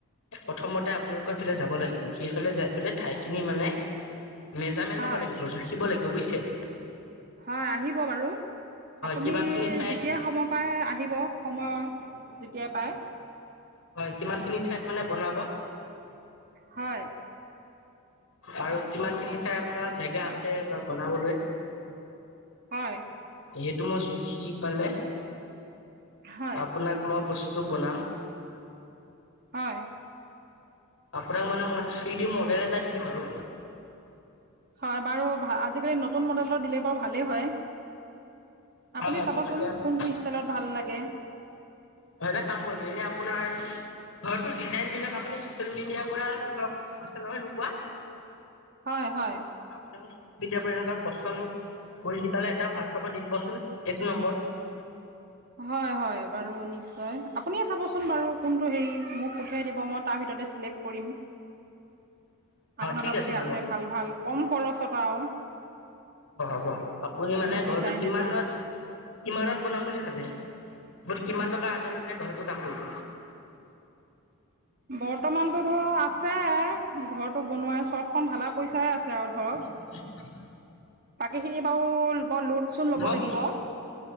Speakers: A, on the left; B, on the right.
A: প্ৰথমতে আপোনালোকৰ সেইফালে যাব লাগিব। সেইফালে যাই পেলাই ঠাইখিনি মানে মেজাৰমেণ্ট
B: হয়,
A: ল'ব লাগিব, জুখিব লাগিব, বুইছে?
B: হয় আহিব বাৰু। আপুনি
A: কিমান খিনি ঠাইত
B: যেতিয়াই সময় পায় আহিব। সময় যেতিয়াই পায়।
A: হয়, কিমানখিনি ঠাইত মানে বনাব?
B: হয়।
A: আৰু কিমানখিনি ঠাই আপোনাৰ জেগা আছ এ বা বনাবলৈ?
B: হয়।
A: সেইটো মই জুখি পালে
B: হয়,
A: আপোনাক মই বস্তু বনাম।
B: হয়।
A: আপোনাক মানে মই থ্ৰী ডি মডেল এটা দি দিম আৰু।
B: হয় বাৰু আজি-কালি নতুন মডেলৰ দিলে বাৰু ভালেই হয়। আপুনি
A: হয় হয়
B: চাবচোন
A: ঠিক আছে আপুনি
B: কোনটো ষ্টাইলত ভাল লাগে।
A: অ এটা কাম কৰিব। এনে আপোনাৰ ঘৰটোৰ ডিজাইনবিলাক আপুনি চচিয়েল মিডিয়াৰ পৰা ধৰক আছে নহয় এনেকুৱা।
B: হয়, হয়।
A: আপুনি মোক ছ'চিয়েল মিডিয়াৰ পৰা এনেকুৱা পচন্দ কৰি দি পেলে এটা হোৱাটছএপত দি দিবচোন এইটো নম্বৰত।
B: হয় হয় বাৰু নিশ্চয়। আপুনিয়ে চাবচোন বাৰু কোনটো হেৰি মোক পঠিয়াই দিব মই তাৰ ভিতৰতে চিলেক কৰিম।
A: <inaudible> হয়
B: আপোনাৰ
A: ঠিক
B: তাত যদি
A: হ'ব
B: আছে ভাল ভাল কম খৰচত আও।
A: অ হ'ব। আপুনি মানে
B: ডিজাইন
A: ঘৰটো কিমানত
B: এটা
A: কিমানত বনাম বুলি ভাবে? কিমান টকা হাতত লৈ পেলাই ঘৰতো কাম কৰিব?
B: বৰ্তমানতো ধৰ আছে। ঘৰটো বনোৱা চটখন ঢলা পইচাই আছে আৰু ধৰক।
A: <inaudible>
B: বাকীখিনি বাৰু মই লোন চোন ল'ব
A: মক
B: লাগিব